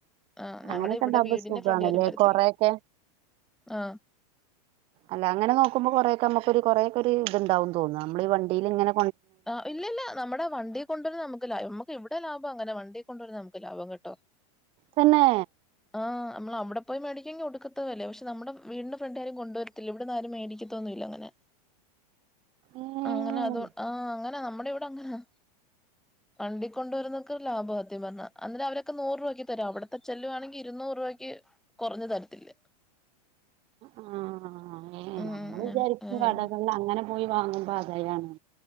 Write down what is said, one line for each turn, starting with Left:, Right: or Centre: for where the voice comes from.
Centre: ആഹ് ഞങ്ങടിവിടെ
Right: അങ്ങനെയൊക്കെ ഉണ്ടാവുമ്പോ
Centre: വീടിന്റെ
Right: സുഖാണല്ലേ
Centre: ഫ്രണ്ടിൽ ആരും വരത്തില്ല
Right: കൊറെയൊക്കെ
Centre: ആഹ്
Right: അല്ല അങ്ങനെ നോക്കുമ്പോ കൊറെ ഒക്ക നമുക്കൊരു കുറേ ഒക്കെ ഒരു ഇത്ണ്ടാവുന്ന് തോന്ന നമ്മള് ഈ വണ്ടിൽല് ഇങ്ങന
Centre: ആഹ് ഇല്ലില്ല നമ്മടെ വണ്ടി കൊണ്ടരു നമക്ക് ല നമക്ക് ഇവിടെ ലാഭം അങ്ങനെ വണ്ടി കൊണ്ടോരുന്നതാ നമുക്ക് ലാഭം കെട്ടോ
Right: തന്നെ
Centre: ആഹ് നമ്മള് അവിടെ പോയി മേടിക്കങ്കി ഒടുക്കത്ത വിലയ പക്ഷെ നമ്മുടെ വീടിന്റെ ഫ്രണ്ടിൽ ആരും കൊണ്ടുവരത്തില്ല ഇവിടന്നും ആരും മേടിക്കത്തൊന്നുല്ല അങ്ങനെ.
Right: ഏഹ്
Centre: അങ്ങനെ അത് ആഹ് അങ്ങനെ നമ്മുടെ ഇവിടെ അങ്ങനാ വണ്ടി കൊണ്ടുവരുന്നൊക്ക ലാഭവാ സത്യം പറഞ്ഞ അന്നരം അവരൊക്കെ നൂറ് രൂപയ്ക്ക് തരും അവിടുത്തെ ചെല്ലുവാണെങ്കി ഇരുന്നൂറ് രൂപയ്ക്ക് കുറഞ്ഞു തരത്തില്ല
Right: ആഹ് എഹ്
Centre: ഉം
Right: നമ്മള് വിചാരിക്കും കടകൾല് അങ്ങനെ പോയി വാങ്ങുമ്പോ ആതായാണ്ന്ന്